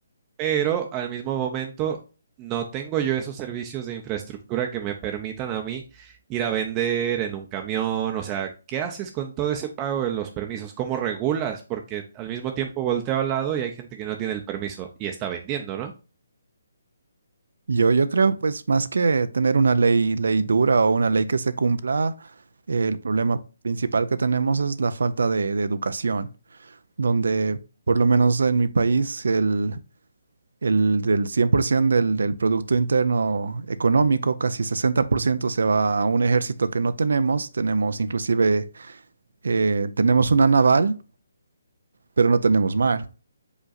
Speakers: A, on the right; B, on the right.
A: pero al mismo momento no tengo yo esos servicios de infraestructura que me permitan a mí ir a vender en un camión. O sea, ¿qué haces con todo ese pago de los permisos? ¿Cómo regulas? Porque al mismo tiempo volteo al lado y hay gente que no tiene el permiso y está vendiendo, ¿no?
B: Yo, yo creo, pues, más que tener una ley, ley dura o una ley que se cumpla, eh, el problema principal que tenemos es la falta de, de educación, donde, por lo menos en mi país, el, el del 100% del, del Producto Interno Económico, casi 60% se va a un ejército que no tenemos. Tenemos inclusive, eh, tenemos una naval, pero no tenemos mar.